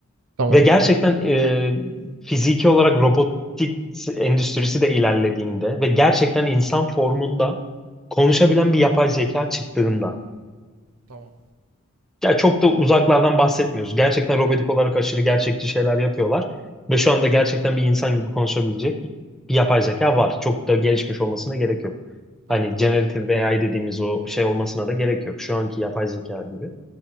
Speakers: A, on the right; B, in the centre.
A: Tamam.
B: ve gerçekten e, fiziki olarak robotik endüstrisi de ilerlediğinde ve gerçekten insan formunda konuşabilen bir yapay zeka çıktığında
A: Tamam.
B: ya çok da uzaklardan bahsetmiyoruz. Gerçekten robotik olarak aşırı gerçekçi şeyler yapıyorlar. Ve şu anda gerçekten bir insan gibi konuşabilecek bir yapay zeka var. Çok da gelişmiş olmasına gerek yok.
A: Tamam.
B: Hani generative AI dediğimiz o şey olmasına da gerek yok. Şu anki yapay zeka gibi.